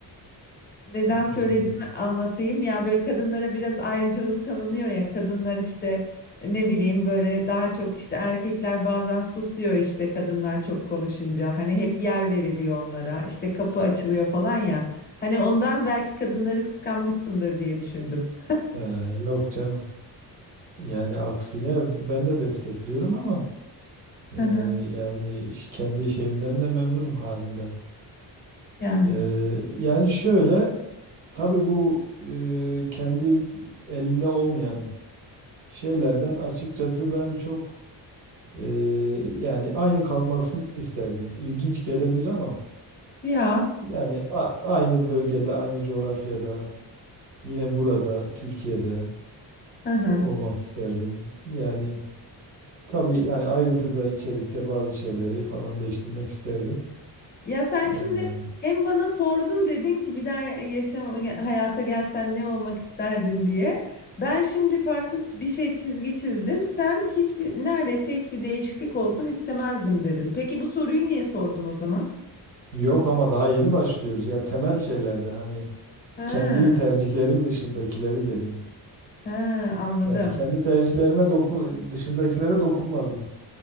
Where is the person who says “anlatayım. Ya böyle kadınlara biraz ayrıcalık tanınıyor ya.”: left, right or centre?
Left